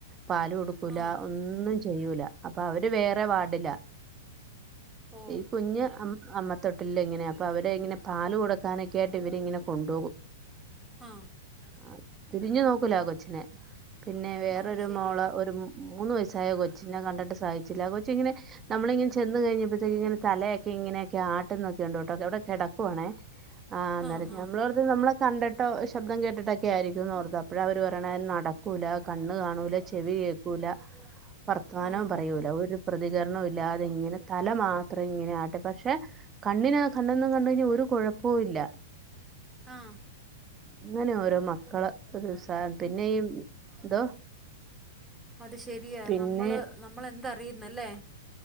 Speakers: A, on the right (about 25°); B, in the centre.
A: പാല് കൊടുക്കൂല
B: ആ
A: ഒന്നും ചെയൂല അപ്പൊ അവര് വേറെ വാടില
B: ഓ
A: ഈ കുഞ്ഞ് അമ്മത്തൊട്ടില്ല ഇങ്ങനെ അപ്പൊ അവരെ ഇങ്ങനൊ പാല് കൊടുക്കാനൊക്കെ ആയിട്ട് ഇവരിങ്ങനെ കൊണ്ടൊവും
B: ആ
A: ആ തിരിഞ്ഞു നോക്കൂലാ കൊച്ചിനെ പിന്നെ വേറൊരു
B: അത് ശരി
A: മോള ഒരു മൂന്ന് വയസ്സായ കൊച്ചിനിനെ കണ്ടിട്ട് സഹിച്ചില്ല കൊച്ച് ഇങ്ങനെ നമ്മളിങ്ങനെ ചെന്ന് കഴിഞ്ഞപ്പത്തേക്ക് ഇങ്ങന തലയൊക്കെ ഇങ്ങനെയക്കെ ആട്ടുന്നൊക്കെ ഉണ്ട് ട്ടോ അവിടെ കിടക്കുവാണേ
B: ആ
A: ആഹ് അന്നേരം
B: ആ
A: നമ്മളോർത്ത് നമ്മള കണ്ടിട്ട ശബ്ദം കേട്ടിട്ടൊക്കെ ആയിരിക്കും ന്ന് ഓർത്ത അപ്പഴ അവര് പറയ്ണ നട ക്കൂല കണ്ണ് കാണൂല
B: ക-
A: ചെവി കേക്കൂല വർത്തമാനം
B: ആ
A: പറയൂല ഒരു പ്രതികരണം ഇല്ലാതെ ഇങ്ങനെ തല മാത്രം ഇങ്ങനെയ ആട്ട പക്ഷെ കണ്ണിനന് കണ്ണൊന്നും കണ്ട കഴിഞ്ഞാ ഒരു കുഴപ്പവും ഇല്ല
B: ആഹ്
A: ഇങ്ങനെ ഓരോ മക്കള് ഒരു <unintelligible> പിന്നെ ഈ എന്തോ
B: അത് ശരിയാ
A: പിന്നെ
B: നമ്മള് നമ്മൾ എന്താ അറിയുന്നല്ലേ